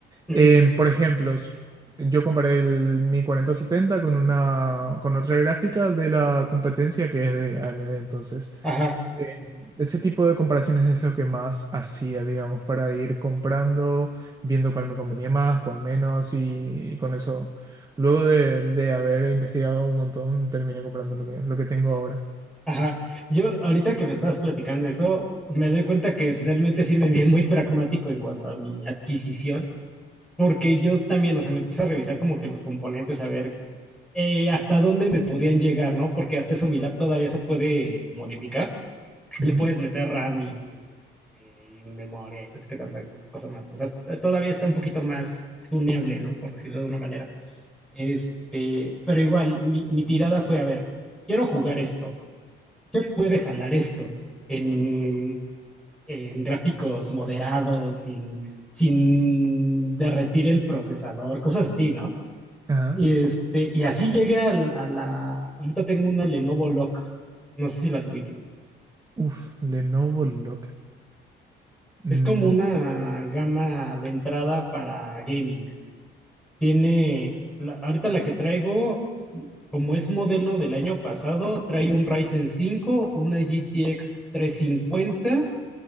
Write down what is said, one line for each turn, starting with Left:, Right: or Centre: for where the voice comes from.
Centre: Ujú,
Right: Em, por ejemplo, s- yo comparé el, mi 4070 con una, con otra gráfica de la competencia que es de AMD. Entonces,
Centre: ajá,
Right: em, ese tipo de comparaciones es lo que más hacía, digamos, para ir comprando viendo cuál me convenía más, cuál menos, y, y con eso, luego de, de haber investigado un montón, terminé comprando lo que, lo que tengo ahora.
Centre: ajá. Yo, ahorita que me estabas platicando eso, me doy cuenta que realmente sí me vi muy pragmático en cuanto a mi adquisición. Porque yo también, o sea, me puse a revisar como que los componentes, a ver eh, hasta dónde me podían llegar, ¿no? Porque hasta eso mi lab todavía se puede modificar. Le
Right: Ujú.
Centre: puedes meter RAM y, eh, y memoria y no sé qué tanta cosa más. O sea, t- todavía está un poquito más tuneable, ¿no? Por decirlo de una manera. Este, pero igual, mi, mi tirada fue, a ver, quiero jugar esto. ¿Qué puede jalar esto en, en gráficos moderados, sin, sin derretir el procesador, cosas así, ¿no?
Right: Ajá.
Centre: Y, este, y así llegué al- a la... Ahorita tengo una Lenovo Lock. No sé si las ubiques.
Right: Uf, Lenovo Look.
Centre: Es
Right: Mm,
Centre: como una gama de entrada para gaming. Tiene... la- ahorita la que traigo, como es modelo del año pasado, trae un Ryzen cinco una GTX cincuenta